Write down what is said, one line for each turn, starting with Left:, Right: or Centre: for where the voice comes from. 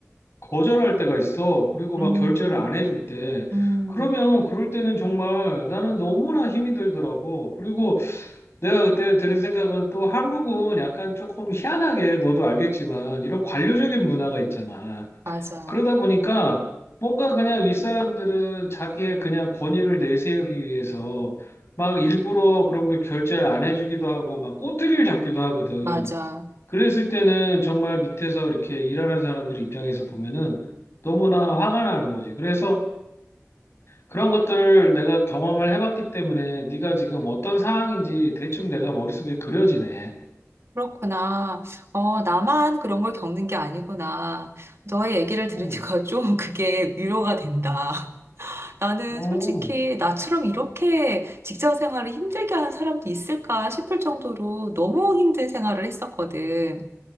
Left: 거절할 때가 있어. 그리고 막
Right: 음,
Left: 결제를 안 해줄 때.
Right: 음,
Left: 그러면 그럴 때는 정말 나는 너무나 힘이 들더라고. 그리고 내가 그때 들은 생각은 또 한국은 약간 조금 희한하게 너도 알겠지만 이런 관료적인 문화가 있잖아.
Right: 맞아,
Left: 그러다 보니까 뭔가 그냥 윗사람들은 자기의 그냥 권위를 내세우기 위해서 막 일부러 그런 걸 결제를 안 해주기도 하고 막 꼬투리를 잡기도 하거든.
Right: 맞아.
Left: 그랬을 때는 정말 밑에서 이렇게 일하는 사람들 입장에서 보면은 너무나 화가 나는 거지. 그래서 그런 것들을 내가 경험을 해봤기 때문에 네가 지금 어떤 상황인지 대충 내가 머릿속에 그려지네.
Right: 그렇구나. 어, 나만 그런 걸 겪는 게 아니구나. 너의 얘기를 들으니까
Left: 음,
Right: 좀 그게 위로가 된다. 나는
Left: 음,
Right: 솔직히 나처럼 이렇게 직장 생활을 힘들게 하는 사람도 있을까 싶을 정도로 너무 힘든 생활을 했었거든.